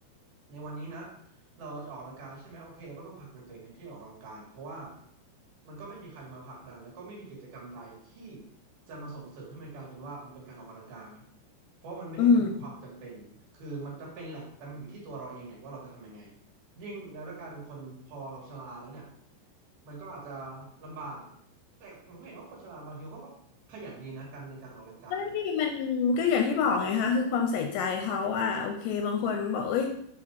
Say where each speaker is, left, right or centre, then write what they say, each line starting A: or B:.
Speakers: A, on the right; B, on the left.
A: ในวันนี้นะ เราจะออกกำลังกายใช่ไหมโอเคเราก็ต้องผลักดันตัวเองในที่ออกกำลังกายเพราะว่ามันก็ไม่มีใครมาผลักดันแล้วก็ไม่มีกิจกรรมใดที่จะมาส่งเสริมให้มันกลายเป็นว่ามันเป็นการออกกำลังกายเพราะว่ามันไม่ได้เป็นความจำเป็นคือมันจำเป็นแหละแต่มันอยู่ที่ตัวเราเองเนี่ยว่าเราจะทำยังไง
B: อืม
A: ยิ่งแล้วถ้ากลายเป็นคนพอเราชราแล้วเนี่ยมันก็อาจจะลำบากแต่ผมก็เห็นว่าคนชราบางทีเขาก็ขยันดีนะกันในการออกกำลังกายเนี่ย
B: ใช่มันก็อย่างที่บอกไงคะคือความใส่ใจเขาว่าโอเคบางคนบอกเอ้ย